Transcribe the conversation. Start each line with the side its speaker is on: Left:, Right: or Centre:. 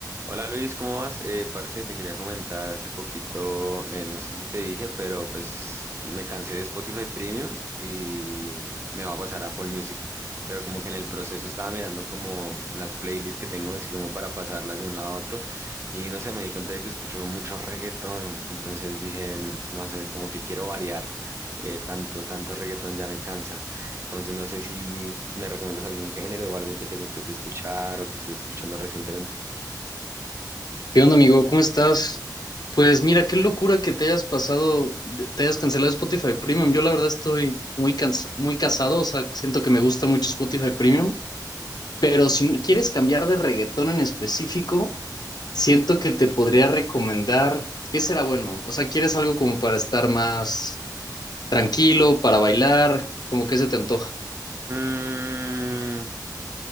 Right: Hola Luis, ¿cómo vas? Eh, parce, te quería comentar hace poquito, eh, no sé si te dije, pero pues me cansé de Spotify Premium y me va a pasar a Apple Music, pero como que en el proceso estaba mirando como las playlists que tengo, así como para pasarlas de un lado a otro y no sé, me di cuenta de que escucho mucho reggaetón, entonces dije, no sé, como que quiero variar, eh, tanto, tanto reggaetón ya me cansa, entonces no sé si me recomiendas algún género o algo que te guste a ti escuchar o que estés escuchando recientemente.
Left: ¿Qué onda, amigo? ¿Cómo estás? Pues mira, qué locura que te hayas pasado, te hayas cancelado Spotify Premium. Yo la verdad estoy muy cansa- muy casado, o sea, siento que me gusta mucho Spotify Premium, pero si no quieres cambiar de reggaetón en específico, siento que te podría recomendar, ¿qué será bueno? O sea, ¿quieres algo como para estar más tranquilo, para bailar? ¿Cómo que se te antoja?
Right: Mm,